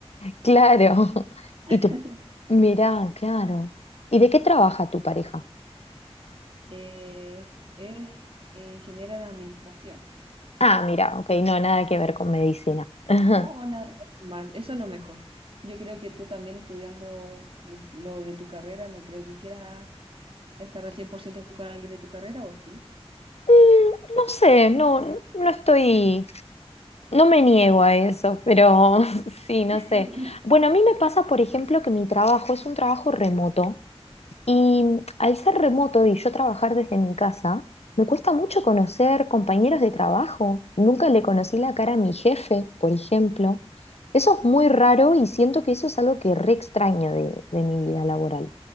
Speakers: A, on the left; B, on the right.
A: claro. <laughs>
B: <laughs>
A: Y tú, mirá, claro. ¿Y de qué trabaja tu pareja?
B: Eh, es ingeniera en administración.
A: Ah, mira, ok, no, nada que ver
B: Eh,
A: con medicina. <laughs>
B: No, nada mal. Eso es lo mejor. Yo creo que tú también estudiando lo de tu carrera, no creo que quieras estar al 100% con alguien de tu carrera o sí.
A: Mm, No sé, no, no estoy No me niego a eso, pero <laughs> sí, no
B: <laughs>
A: sé. Bueno, a mí me pasa, por ejemplo, que mi trabajo es un trabajo remoto y mm, al ser remoto y yo trabajar desde mi casa, me cuesta mucho conocer compañeros de trabajo. Nunca le conocí la cara a mi jefe, por ejemplo. Eso es muy raro y siento que eso es algo que re extraño de, de mi vida laboral.